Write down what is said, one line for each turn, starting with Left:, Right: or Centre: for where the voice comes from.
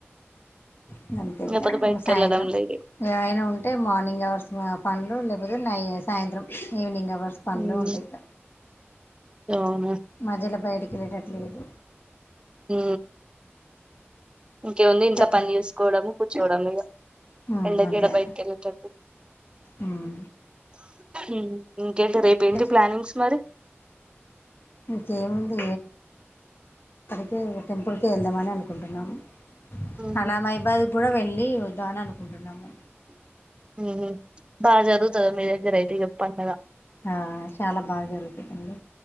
Left: ఇంగంతేగా
Right: లేకపోతే బయటికి
Left: సాయంత్రం
Right: వెళ్ళడం లేదు
Left: ఏవైనా ఉంటే మార్నింగ్ అవర్స్ పనులు లేకపో నయి సాయంత్రం ఈవెనింగ్ అవ్ వర్స్ పనిలోంటయి
Right: ఉమ్
Left: ఇగ
Right: అవునా
Left: మధ్యలో బయటికి ఇనేటట్లు లేదు
Right: హూ ఇంకేముంది ఇంట్లో
Left: చెప్ప
Right: పని చేసుకోవడం కూర్చోవడం ఇగ
Left: హ్మ్
Right: ఎండకి
Left: అంతే
Right: యాడ
Left: అండి
Right: బయటకి వెళ్ళేటప్పుడు
Left: ఉమ్
Right: మ్మ్ ఇంకేంటి రేపేంటి
Left: ఇంకా చెప్
Right: ప్లానింగ్స్ మరి
Left: ఇంకేముంది తే ఇగ టెంపుల్కేవేళ్దామని అనుకుంటున్నాము.
Right: ఉమ్
Left: అలా మైబాద్ గుడ వెళ్ళి వద్దామని అనుకుంటున్నాము.
Right: ఊహూ బాగా జరుగుతదా మీ దగ్గరైతే ఇగ పండగ
Left: ఆ చాలా బాగా జరుగుతదండి.